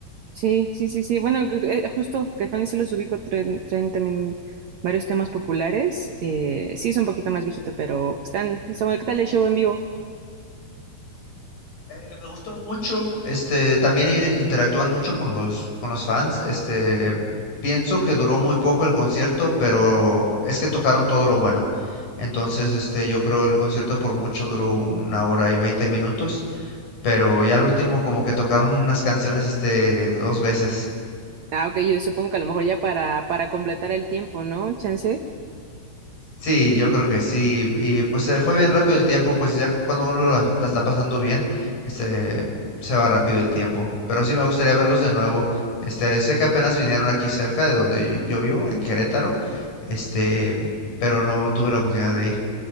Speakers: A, on the right (about 65°); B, on the left (about 50°).
A: Sí, sí, sí, sí. Bueno, que- eh, justo que Fanny se los ubico, traen, traen también varios temas populares. Eh, sí, es un poquito más viejito, pero están, está bueno. ¿Qué tal el show en vivo?
B: Eh, me gustó mucho, este, también i- interactúan mucho con los, con los fans, este, pienso que duró muy poco el concierto, pero es que tocaron todo lo bueno. Entonces, este, yo creo el concierto por mucho duró una hora y veinte minutos, pero ya al último como que tocaron unas canciones, este, dos veces.
A: Ah, ok, yo supongo que a lo mejor ya para, para completar el tiempo, ¿no? Chance.
B: Sí, yo creo que sí. Y pues se fue bien rápido el tiempo, pues ya cuando uno la, la está pasando bien, este, se va rápido el tiempo. Pero sí me gustaría verlos de nuevo. Este, sé que apenas vinieron aquí cerca de donde yo yo vivo, en Querétaro, este, pero no tuve la oportunidad de ir.